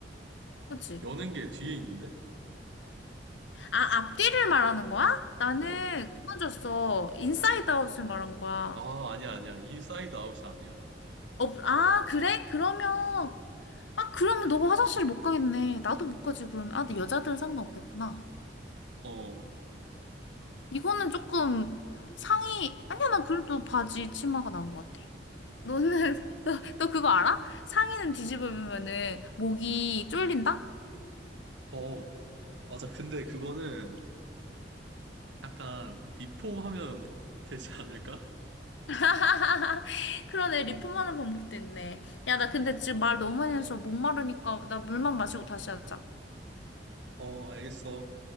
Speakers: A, on the left; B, on the right.
A: 그치?
B: 여는 게 뒤에 있는데?
A: 아, 앞뒤를 말하는 거야? 나는
B: 어.
A: 그건 줬어. 인사이드 아웃을 말한 거야.
B: 아, 아니야, 아니야. 인사이드 아웃이 아니야.
A: 어, 아, 그래? 그러면, 아, 그러면 너가 화장실 못 가겠네. 나도 못 가지, 그러면. 아, 근데 여자들은 상관없겠구나.
B: 어.
A: 이거는 조금 상의, 아니야, 난 그래도 바지 치마가 나은 것 같아. 너는, <laughs> 너, 너 그거 알아? 상의는 뒤집어 입으면은 목이 쫄린다?
B: 어, 맞아. 근데 그거는 약간 리폼 하면 되지 않을까?
A: <laughs> 그러네. 리폼하는 방법도 있네. 야, 나 근데 지금 말 너무 많이 해서 목마르니까 나 물만 마시고 다시 하자.
B: 어, 알겠어.